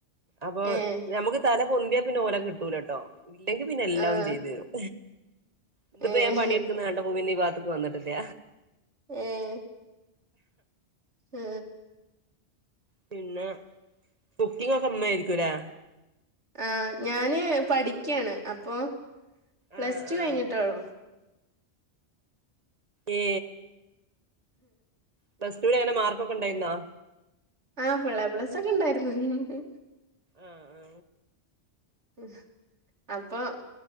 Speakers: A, on the right; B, on the right.
A: അപ്പൊ
B: ഏഹ്
A: ഞമുക്ക് തല പൊന്തിയാ പിന്നെ ഓരെ കിട്ടൂല ട്ടോ ഇല്ലെങ്കി പിന്നെ എല്ലാം
B: ആഹ്
A: ചെയ്തു തരും ഇതിപ്പോ
B: ഏഹ്
A: ഞാൻ പണിയെടുക്കുന്ന വേണ്ട ഭൂമിന്ന് ഈ ഭാത്തക്ക് വന്നിട്ടില്ല
B: ഉം ആ
A: പിന്നെ കുക്കിങ്ങ് ഒക്കെ അമ്മ ആയിരിക്കുലേ
B: ആ ഞാന് പഠിക്കുകയാണ് അപ്പൊ പ്ലസ്
A: ആഹ്
B: ടു
A: ആഹ്
B: കഴിഞ്ഞിട്ടെയുള്ളൂ
A: ഏ പ്ലസ് ടുവിൽ എങ്ങനെ മാർക്കൊക്കെ ഉണ്ടായിരുന്നാ
B: ആ ഫുൾ എ പ്ലസൊക്കെ ഉണ്ടായിരുന്നു
A: ആ ആ
B: ഉ അപ്പൊ